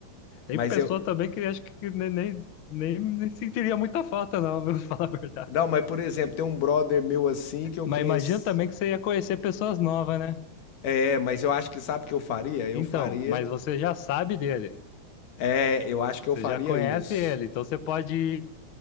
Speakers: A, on the left (about 65°); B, on the left (about 90°).
A: Tem
B: mas
A: pessoa
B: eu,
A: também que acho que nem, nem, nem, nem sentiria muita falta, não, vou <laughs> falar a verdade.
B: não, mas por exemplo, tem um brother meu assim que eu
A: Mas
B: conheci.
A: imagina também que você ia conhecer pessoas novas, né?
B: É, mas eu acho que sabe o que eu faria? Eu
A: Então,
B: faria,
A: mas você já sabe dele,
B: é, eu acho que
A: você
B: eu faria
A: já conhece
B: isso.
A: ele, então você pode ir